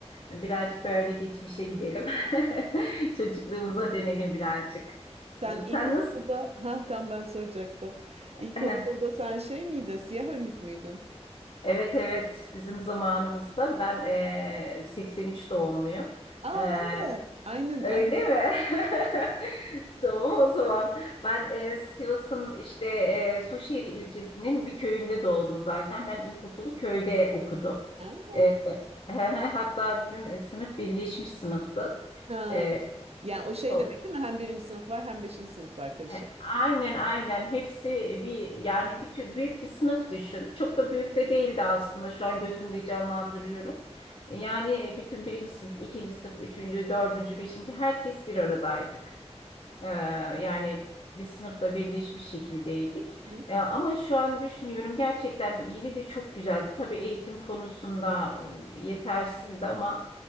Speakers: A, on the left; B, on the right.
A: Birazcık böyle geçmişe gidelim. <laughs> Çocukluğumuza dönelim birazcık.
B: Sen
A: Sen
B: ilkokulda,
A: nasıl
B: ha tam ben soracaktım. İlkokulda
A: <laughs>
B: sen şey miydin, siyah önlük müydün?
A: Evet evet bizim zamanımızda ben eee 83 doğumluyum.
B: Aa
A: Eee,
B: ben de. Aynen,
A: öyle
B: aynen.
A: mi? <laughs> Tamam o zaman. Ben eee, Sivas'ın işte eee, Suşehir ilçesinin bir köyünde doğdum zaten. Ben ilkokulu köyde okudum.
B: Ha.
A: Eee, <laughs> Hatta bizim e, sınıf birleşmiş sınıftı.
B: Ha.
A: Ee,
B: Yani o şey
A: o-
B: demek değil mi? Hem birinci sınıf var hem beşinci sınıf var karışık.
A: E, Aynen aynen hepsi bir yani bir tü- büyük bir sınıf düşün. Çok da büyük de değildi aslında şu an gözümde canlandırıyorum. E, Yani bütün birinci sınıf, ikinci sınıf, üçüncü, dördüncü, beşinci herkes bir aradaydık. Ee, yani biz sınıfta birleşmiş şekildeydik.
B: Hı.
A: Ee, ama şu an düşünüyorum gerçekten yine de çok güzeldi. Tabii eğitim konusunda e, yetersizdi ama